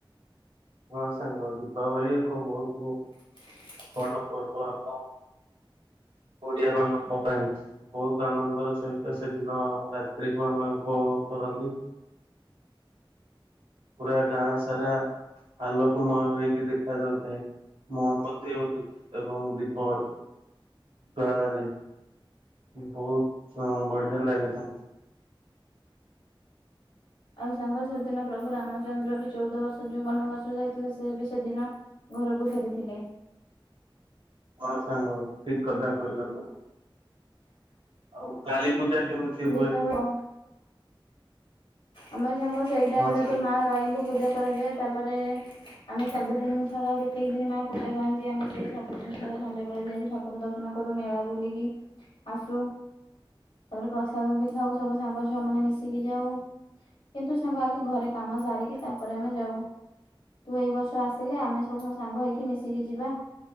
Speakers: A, on the right; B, on the left.
A: ହଁ ସାଙ୍ଗ ଦୀପାବଳି ଏକ ବହୁତ ବହୁ
B: <unintelligible>
A: ବଡ଼ ପର୍ବ ଆମ ଓଡିଆ ମାନଙ୍କ ପାଇଁ। ବହୁତ ଆନନ୍ଦର ସହିତ ସେଦିନ ରାତ୍ରିକୁୁ ଆମେ ଉପଭୋଗ କରନ୍ତି। ପୁରା ଗାଁ ସାରା ଆଲୋକ ମୟ ହେଇକି ଦେଖା ଯାଉଥାଏ। ମହମ୍ବତି ଓ ଏବଂ ଦୀପର ଘରରେ ବହୁତ ବଢିଆ ଲାଗେ ତାଙ୍କୁ।
B: ଆଉ ସାଙ୍ଗ ସେଦିନ ପ୍ରଭୁ ରାମଚନ୍ଦ୍ର ବି ଚଉଦ ବର୍ଷ ଯୋଉ ବନବାସ ଯାଇଥିଲେ ସେ ବି ସେଦିନ ଘରକୁ ଫେରିଥିଲେ।
A: <inaudible> ହ ସାଙ୍ଗ ଠିକ କଥା କହିଲ ତମ ଆଉ କାଳି ପୂଜା କେମିତି
B: ଦୀପାବଳି
A: ହୁଏ?
B: ଆମେ ସାଙ୍ଗ ସେଇ ଟାଇମ୍
A: ହଁ
B: ରେ
A: ସାଙ୍ଗ
B: ତ ମା କାଳୀ ଙ୍କୁ ପୂଜା କରାଯାଏ ତାପରେ ଆମେ ସବୁ ଦିନ୍ ସାରା ଯେତିକି ଦିନ୍ ମା ପୂଜା ପାଆନ୍ତି ଆମେ ସେଇ ସବୁ ଦିନ୍ ସାରା ସଞ୍ଜବେଳେ ଯାଇକି ଠା ପଦର୍ଶନ କରୁ ମେଳା ବୁଲିକି ଆସୁ ତାପରେ ପାଦୁକ୍ ବି ଖାଉ ସବୁ ସାଙ୍ଗ ଛୁଆମାନେ ମିଶିକି ଯାଉ କିନ୍ତୁ ସାଙ୍ଗ ଆଗେ ଘରେ କାମ ସାରିକି ତାପରେ ଆମେ ଯାଉ ତୁ ଏଇ ବର୍ଷ ଆସି ଥିଲେ ଆମେ ସବୁ ସାଙ୍ଗ ହେଇକି ମିଶିକି ଯିବା